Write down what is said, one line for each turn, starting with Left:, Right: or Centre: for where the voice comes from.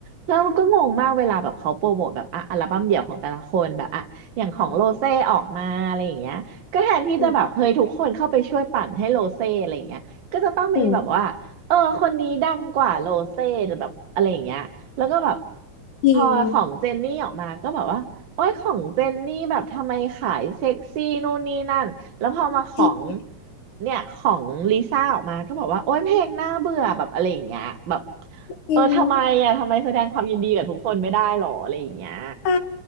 Right: แล้วมันก็งงมากเวลาแบบเขาโปรโมทแบบอ่ะอัลบั้มเดี่ยวของแต่ละคนแบบอ่ะอย่างของโรเซ่ออกมาอะไรอย่างเงี้ยก็แทนที่จะแบบเฮ้ยทุกคนเข้าไปช่วยปั่นให้โรเซ่อะไรเงี้ยก็จะต้องมีแบบว่าเออคนนี้ดังกว่าโรเซ่แบบอะไรอย่างเงี้ยแล้วก็แบบ
Left: อืมอืม จริง
Right: พอของเจนนี่ออกมาก็แบบว่า โอ้ยของเจนนี่แบบทำไมขายเซ็กซี่นู่นนี่นั่นแล้วพอมาของ
Left: จริง
Right: เนี่ยของลิซ่าออกมาก็บอกว่าโอ้ยเพลงน่าเบื่อแบบอะไรอย่างเงี้ยแบบ
Left: จริง
Right: เออทำไมอ่ะทำไมแสดงความยินดีกับทุกคนไม่ได้หรออะไรอย่างเงี้ย
Left: ใช่